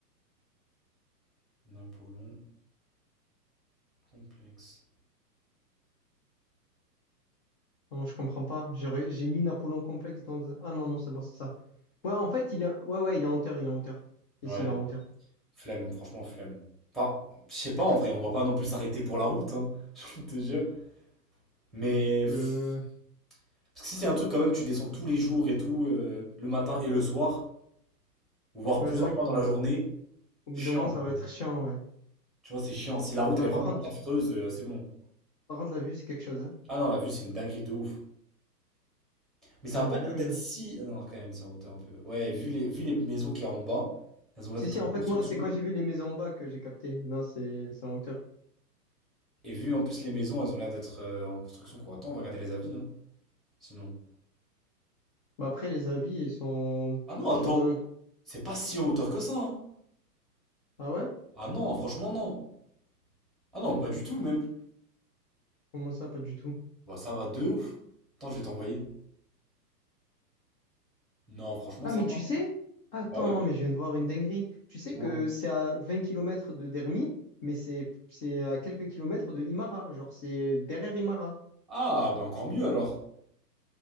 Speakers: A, in the centre; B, on the left.
A: Napoléon complexe.
B: Non, je comprends pas. J'ai re- j'ai mis Napoléon complexe dans un... Ah non, non, c'est bon, c'est ça. Ouais, en fait, il est... Ouais, ouais, il est en hauteur, il est en hauteur. ici
A: Ouais.
B: il est en hauteur.
A: Flemme, franchement, flemme. Enfin, je sais pas, en vrai, on va pas non plus s'arrêter pour la route, hein, <laughs> je te jure. Mais...
B: Parce que...
A: Parce que si c'est un truc quand même, tu descends tous les jours et tout, euh, le matin et le soir, ou voire
B: Ouais,
A: plusieurs
B: c'est vrai
A: fois
B: qu'au
A: dans
B: bout...
A: la
B: d-
A: journée,
B: au
A: chiant
B: bout d'un moment, ça
A: un peu.
B: va être chiant, ouais.
A: Tu vois, c'est chiant. Si la route
B: Bah,
A: elle est
B: par
A: vraiment
B: contre,
A: affreuse, euh, c'est bon.
B: par contre, la vue, c'est quelque chose, hein.
A: Ah non, la vue c'est une dinguerie de ouf. Mais ça
B: La
A: a pas
B: vue...
A: l'air d'être
B: euh,
A: si. ah Non, quand même, c'est en hauteur un peu. Ouais, vu les, vu les maisons qu'il y a en bas, elles ont l'air
B: Si,
A: d'être
B: si, en
A: en construction.
B: fait, moi, c'est quand j'ai vu les maisons en bas que j'ai capté. Non, c'est c'est en hauteur.
A: Et vu en plus les maisons, elles ont l'air d'être euh, en construction, quoi. Attends, on va regarder les avis, hein. Sinon.
B: Bah, après, les avis, ils sont
A: Ah non, attends,
B: sur... euh,
A: c'est pas si en hauteur que ça, hein.
B: Ah ouais?
A: Ah non, franchement, non. Ah non, pas du tout, même.
B: Comment ça, pas du tout?
A: Bah, ça va de ouf. Attends, je vais t'envoyer. Non, franchement,
B: Ah,
A: ça
B: mais
A: va.
B: tu sais... Attends,
A: Bah ouais,
B: mais je viens de voir une dinguerie. Tu sais
A: dis-moi.
B: que c'est à 20 kilomètres de Dermi, mais c'est c'est à quelques kilomètres de Imara. Genre, c'est derrière Imara.
A: Ah, bah encore mieux alors.